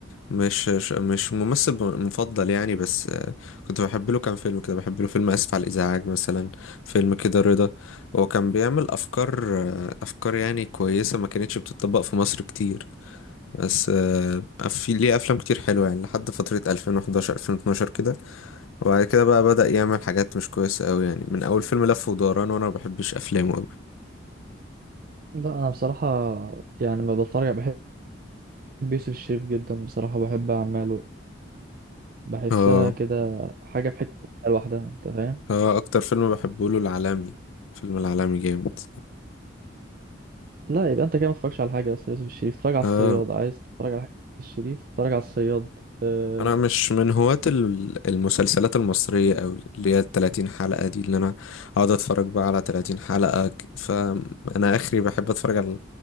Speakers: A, on the left; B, on the right.
A: مش ش- مش ممثل مفضل يعني بس آه، كنت بحب له كام فيلم كده بحب له فيلم اسف على الازعاج مثلا فيلم كده رضا هو كان بيعمل افكار آه، افكار يعني كويسه ما كانتش بتطبق في مصر كتير بس آه، في ليه افلام كتير حلوه يعني لحد فتره 2011 2012 كده وبعد كده بقى بدأ يعمل حاجات مش كويسه قوي يعني من اول فيلم لف ودوران وانا ما بحبش افلامه قوي
B: لا انا بصراحه يعني ما بتفرج بحب يوسف الشريف جدا بصراحه بحب اعماله بحسها
A: اه
B: كده حاجه في حته لوحدها انت فاهم
A: اه اكتر فيلم بحبه له العالمي فيلم العالمي جامد
B: لا يبقى انت كده ما تتفرجش على حاجه اصلا يوسف الشريف اتفرج على
A: اه
B: الصياد عايز تتفرج على حاجه يوسف الشريف اتفرج على الصياد أه،
A: انا مش من هواة ال- المسلسلات المصرية أوي اللي هي التلاتين حلقة دي اللي انا اقعد اتفرج بقى على تلاتين حلقة ك- فانا اخري بحب اتفرج على